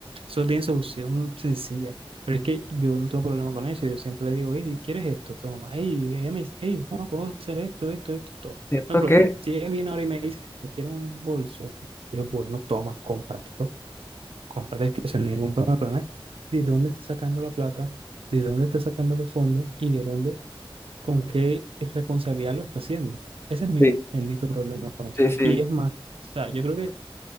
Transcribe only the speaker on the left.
siento
que...
Sí,
sí, sí.